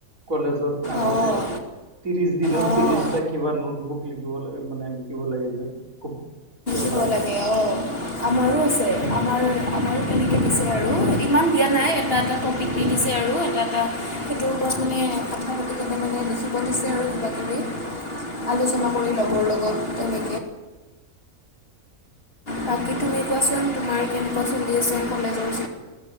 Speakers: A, on the right (about 65°); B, on the left (about 40°).
A: কলেজৰ আগতে,
B: অঁ
A: ত্ৰিশ দিনত
B: অঁ
A: ত্ৰিশটা কিবা নোট বুক লিখিব লাগে মানে লিখিব লাগে যে খুব। পেপাৰ
B: লিখিব লাগে অ আমাৰো আছে আমাৰ আমাৰ তেনেকৈ দিছে আৰু ইমান দিয়া নাই এটা এটা টপিক দি দিছে আৰু এটা এটা সেইটোৰ ওপৰত মানে কথা পাতি কেনে মানে লিখিব দিছে আৰু কিবা কিবি। আলোচনা কৰি লগৰ লগত বাকী তুমি এতিয়া চোন, তোমাৰ কেনেকুৱা চলি আছে ক'লেজত?